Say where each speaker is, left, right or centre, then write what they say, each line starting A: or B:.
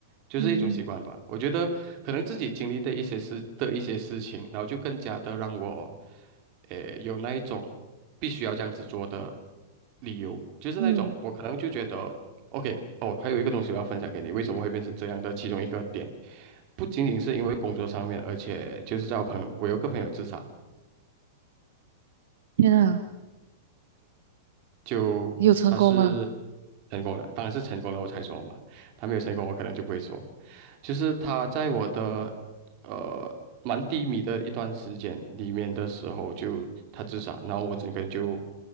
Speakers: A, on the right; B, on the right.
A: 就是一种习惯吧。
B: 嗯
A: 我觉得可能自己经历的一些事的一些事情，然后就更加的让我，呃，有那一种必须要这样子做的理由，就是那种我可能就觉得，OK，
B: 嗯
A: 哦，还有一个东西我要分享给你，为什么会变成这样的其中一个点，不仅仅是因为工作上面，而且就是在我朋友，我有个朋友自杀。
B: 天啊，
A: 就他是
B: 你有成功吗？
A: 成功了，当然是成功了我才说嘛，他没有成功我可能就不会说。就是他在我的呃蛮低迷的一段时间里面的时候就，他自杀，然后我整个人就